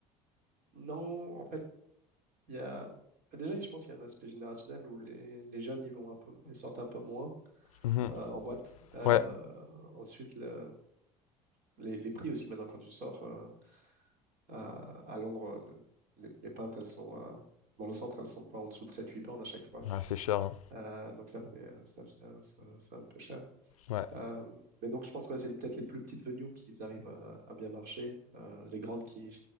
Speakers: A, on the right; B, on the left.
A: Non, en fait, il y a. bah, Déjà, je pense qu'il y a un aspect générationnel où les, les jeunes, ils vont un peu, ils sortent un peu moins
B: Mhm.
A: euh, en boîte. Euh,
B: Ouais,
A: ensuite, le- les, les prix aussi, maintenant, quand tu sors euh, à, à Londres, le- les, les pintes, elles sont. euh, dans le centre, elles sont pas en dessous de sept huit pounds à chaque fois.
B: Ouais, c'est cher. hein.
A: Euh, donc, ça fait, euh, ça fait, un- ça- c'est un peu cher.
B: Ouais.
A: Euh, mais donc, je pense que ouais, c'est peut-être les plus petites venues qui arrivent à, à bien marcher. Euh, les grandes qui,